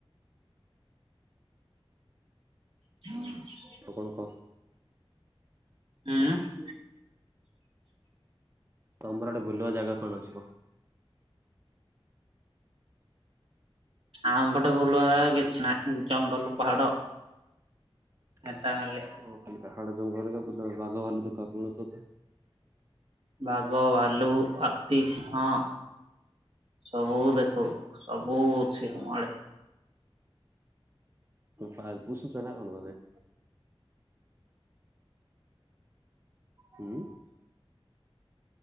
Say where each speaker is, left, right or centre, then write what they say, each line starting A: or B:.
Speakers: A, on the right (about 70°); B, on the right (about 25°).
A: <inaudible>
B: ଆଉ କଣ କ।
A: ହୁଁ।
B: ତମର ଆଡେ ବୁଲିବାକୁ ଜାଗା କଣ ଅଛି କହ।
A: ଆମ ପଟେ ବୁଲବା କିଛି ନାହିଁ ଜଙ୍ଗଲ ପାହାଡ।
B: <unintelligible>
A: ଏଟା ଖାଲି
B: ପାହାଡ ଜଙ୍ଗଲରେ ପୁରା ବାଘ ଭାଲୁ ଦେଖ <unintelligible>
A: ବାଘ ଭାଲୁ ହାତୀ ସିିଂହ। ସବୁ ଦେଖୁ ସବୁ ଅଛି ଆମ ଆଡେ।
B: ପା ପୁଶୁଚ ନା କଣ ତମେ। ହୁଁ।